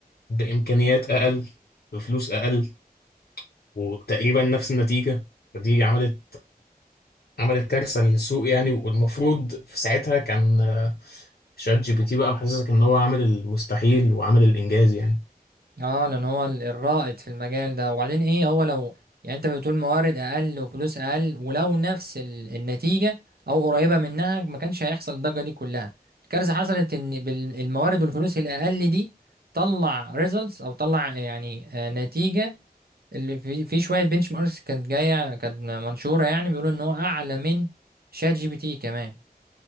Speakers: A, on the left; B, on the right.
A: بإمكانيات أقل بفلوس أقل وتقريبا نفس النتيجة فدي عملت عملت كارثة للسوق يعني والمفروض في ساعتها كان آه، شات جي بي تي بقى محسسك ان هو عامل المستحيل وعامل الانجاز يعني
B: اه لأن هو ال- الرائد في المجال ده وبعدين ايه هو لو يعني انت بتقول موارد أقل وفلوس أقل ولو نفس ال- النتيجة أو قريبة منها ما كانش هيحصل الضجة دي كلها الكارثة حصلت إن بالموارد والفلوس الأقل دي طلع ريزلتس أو طلع يعني آه، نتيجة اللي في في شويه بنش ماركس كانت جايه كانت منشوره يعني بيقولوا ان هو اعلى من شات جي بي تي كمان